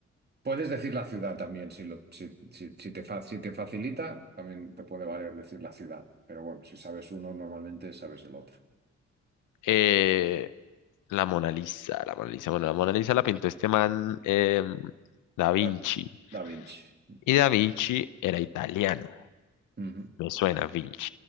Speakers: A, on the right; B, on the left.
A: Puedes decir la ciudad también, si, lo, si, si- si te fa- si te facilita, también te puede valer decir la ciudad. Pero bueno, si sabes uno, normalmente sabes el otro.
B: Eh, la Mona Lisa, la Mona Lisa. Bueno, la Mona Lisa la pintó este man em, Da
A: Da,
B: Vinci.
A: Da Vinci.
B: Y Da Vinci era italiano.
A: Ujú,
B: Me suena Vinci.